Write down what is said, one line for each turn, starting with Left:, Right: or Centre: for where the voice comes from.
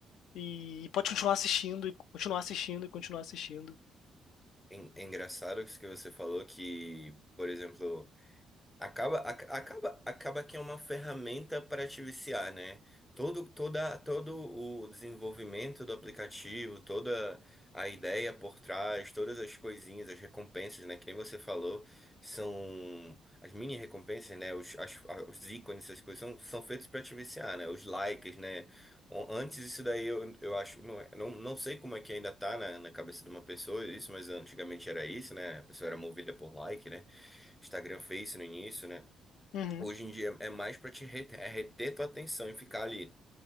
Left: e pode continuar assistindo e continuar assistindo e continuar assistindo.
Centre: É, é engraçado isso que você falou que, por exemplo. Acaba, ac- acaba, acaba que é uma ferramenta para te viciar, né? Todo, toda, todo o desenvolvimento do aplicativo, toda a ideia por trás, todas as coisinhas, as recompensas, né? Que nem você falou, são as mini recompensas, né? Os, as- a- os ícones, essas coisas são, são feitos para te viciar, né? Os likes, né? O- Antes isso daí eu, eu acho, não, é- não, não sei como é que ainda tá na, na cabeça de uma pessoa isso, mas antigamente era isso, né? A pessoa era movida por like, né? Instagram, Face no início, né?
Left: Uhum,
Centre: Hoje em dia é mais pra te reter, é reter tua atenção e ficar ali